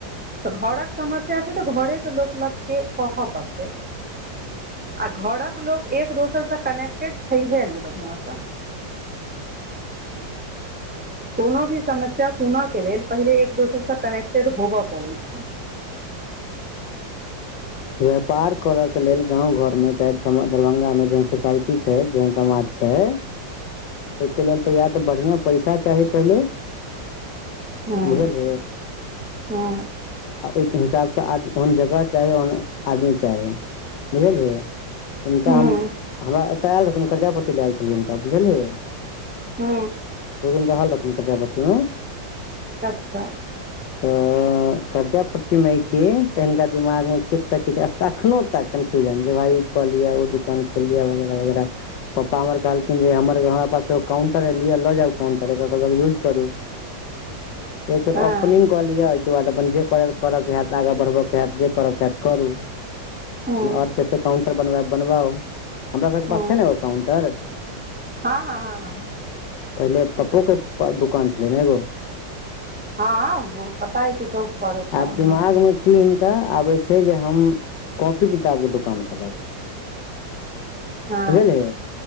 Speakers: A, in the centre; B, on the left.
A: तऽ घर कऽ समस्या छै तऽ घरे के लोक लग के कहऽ पड़तै आ घर कऽ लोक एक दोसरसँ कनेक्टेड छैहे नहि बढ़िआ सँ कोनो भी समस्या सुनऽ के लेल पहिले एक दोसरसँ कनेक्टेड होबय पड़ैत छै।
B: व्यापार करय के लेल गाव घर मे चाहे दरभंगा मे जेहन सोसायटी छै जेहन समाज छै ओहिके लेल तऽ या तऽ बढ़िआ पैसा चाही पहिले
A: हँ
B: बुझल
A: हँ
B: ओहिके हिसाबसँ ओन जगह चाही ओन आदमी चाही बुझियै हिनका
A: हँ
B: हम हमरा एतय आयल रहथिन कर्ज पट्टी आयल छलियै हिनका बुझलियै
A: हू
B: दू दिन रहल रतन क्यावती मे
A: अच्छा।
B: आ कर्जा पट्टीमे के तऽ हिनका दिमाग मे किु से किछु कखनो तक कन्फ्यूजन जे भाई क लियिया ओ दुकान खोललिय वगैरह वगैर पप्पा हमर कहलखिन जे हमर हमरा पास एग काउंटर ए लि लऽ जाउ काउंटर यूज करू
A: <inaudible>
B: एक बेर
A: हँ
B: ओपनिंग कऽ लिय ओहि के बाद अपन जे कर के हत आगाँ बढ़ब के हत जे कर के हत करू
A: हँ हँ
B: ओर जते काउंटर बन बनबाउ हमरा सभके
A: हँ
B: पास छै
A: हँ
B: ने एगो काउंटर
A: हँ हँ हँ
B: पहिले पप्पो के दुकान छलै ने एगो।
A: ह पता है कि चौक पर होता
B: आब दिमाग
A: हँ
B: मे कि हिनका आबे छै जे हम कॉपी किताब के दुकान खोलब
A: हँ
B: बुझलियै